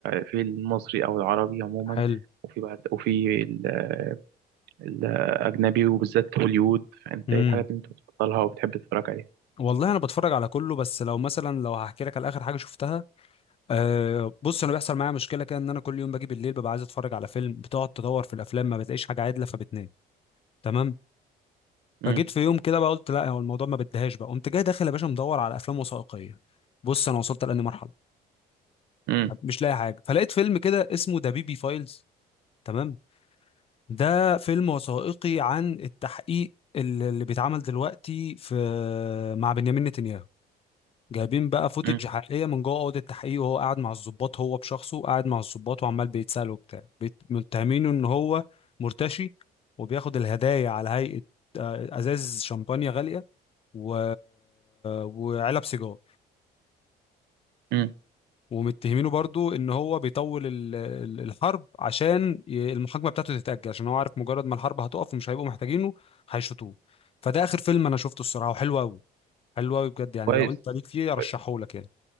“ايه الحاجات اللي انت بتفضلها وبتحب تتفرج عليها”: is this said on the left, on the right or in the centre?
Right